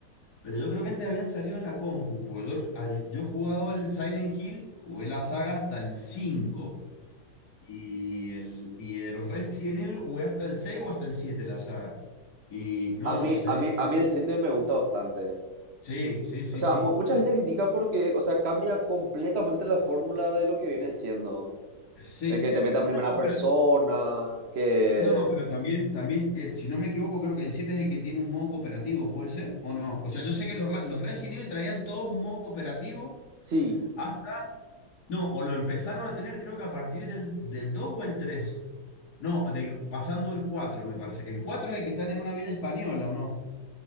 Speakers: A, on the left; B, on the right.
A: pero yo creo que antes habían salido en la compu, porque yo, al, yo he jugado al Silent Hill, jugué la saga hasta el cinco Y, el, y de los Resident Evil jugué hasta el 6 o hasta el 7 la saga. Y no,
B: A mí,
A: los Silent
B: a mí, a
A: Hill.
B: mí el 7 me gusta bastante.
A: Sí, sí, sí,
B: O sea,
A: sí.
B: mu- mucha gente critica porque, o sea, cambia completamente la fórmula de lo que viene siendo.
A: Sí.
B: El que te meta en primera
A: No,
B: persona,
A: pero,
B: que...
A: no, pero también, también eh, si no me equivoco, creo que el 7 es el que tiene un modo cooperativo, ¿puede ser? ¿O no? O sea, yo sé que los, Ra- los Resident Evil traían todos un modo cooperativo
B: Sí,
A: hasta... No, o lo empezaron a tener creo que a partir del, del 2 o el tres No, del, pasando el 4 me parece. El 4 es el que están en una villa española, ¿o no?